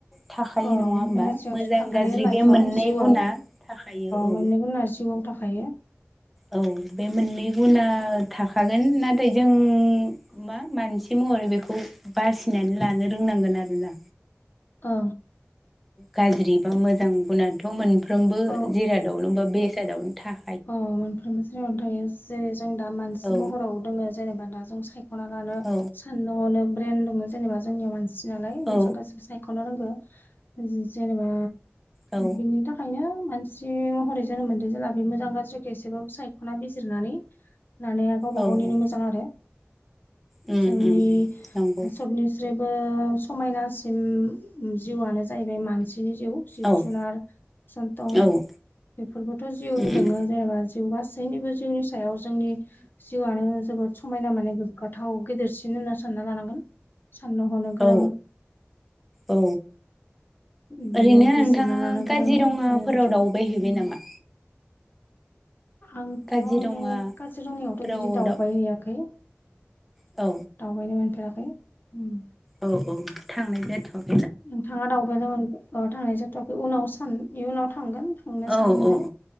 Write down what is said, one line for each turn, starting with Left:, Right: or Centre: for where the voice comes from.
Centre: थाखायो
Left: औ
Centre: नङा होमबा
Left: जों गासैयावथ'
Centre: मोजां
Left: थाखायो
Centre: गाज्रि
Left: लाइफआव
Centre: बे मोननै
Left: जिउआव
Centre: गुना थाखायो औ
Left: मोननै गुना जिउआव थाखायो
Centre: औ बे मोननै गुना थाखागोन नाथाय जों मा मानसि महरै बेखौ बासिनानै लानो रोंनांगोन आरोोना
Left: औ
Centre: गाज्रि बा मोजां गुनाथ' मोनफ्रोमबो
Left: औ
Centre: जिरादावनो बा बेसादावनो था
Left: अ मोनफ्रोमबो ज जगायावनो थायो जेरै जों दा मानसि
Centre: औ
Left: महराव जेनेबा जों सायखना लानो
Centre: औ
Left: साननो हनो ब्रेन दङो जेनेबा जोंनियाव मानसि सि नालाय
Centre: औ
Left: मोजां गासिबो सायख'नो रोंगौ जेनेबा
Centre: औ
Left: बिनि थाखाय ओंखायनो मानसि महरै जोनोम मोनदों जेला बे मोजां गाज्रिखौ एसेबाबो सायख'ना बिजिरनानै माने गावबा
Centre: औ उम
Left: गावनिनो मोजां आरो
Centre: उम
Left: जोंनि
Centre: उम नंगौ
Left: सबनि जेबो समायनासिम जिउआनो जाहैबाय मानसिनि जिउ जिब
Centre: औ
Left: जुनार सनथ'
Centre: औ उम
Left: बेफोरबोथ' जिउ
Centre: उम
Left: दोङो जेनेबा जिउ गासैनिबो जिउनि सायाव जोंनि जिउआनो जोबोद समायना माने गोग्गाथाव गेदेरसिन होनना सानना लानांगोन साननो हनो गोरां
Centre: औ औ
Left: बिदिनो
Centre: ओरैनो नोंथाङा
Left: बिजिरना लानो
Centre: काजिरङाफोराव
Left: गोरों जोङो बिदिनो
Centre: दावउबाय हैबाय
Left: उम
Centre: नामा
Left: आंथ'
Centre: काजिरङाफोराव
Left: काजिरङायावथ' बिदि दावबाय
Centre: दाव
Left: हैयाखै
Centre: औ
Left: दावबायनो मोनफेराखै ओम
Centre: औ औ थांनाय जाथ'याखै
Left: नोंथाङा दावबायनो मोन अ थांनाय जाथ'वाखै उनाव सा इयुनाव थांगोन थांनो
Centre: औ
Left: सानदों
Centre: औ